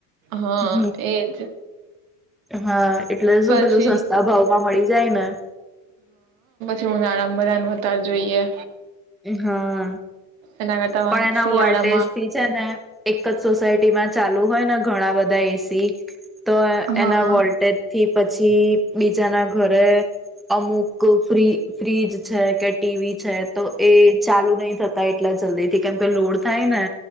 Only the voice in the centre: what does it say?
હમ.
હા. એટલે શું
પેલું સસ્તા ભાવમાં મળી જાય ને.
હા.
પણ એના
વોલ્ટેજ થી છે ને, એક જ સોસાયટી માં ચાલુ હોય ને ઘણા બધા એસી. તો
એના વોલ્ટેજ થી પછી બીજા જના ઘરે અમુક ફ્રી ફ્રીજ છે કે ટીવી છે તો એ ચાલુ નહીિ થતા એટલે જ જલ્દી થી કેમ કે લોડ થાય ને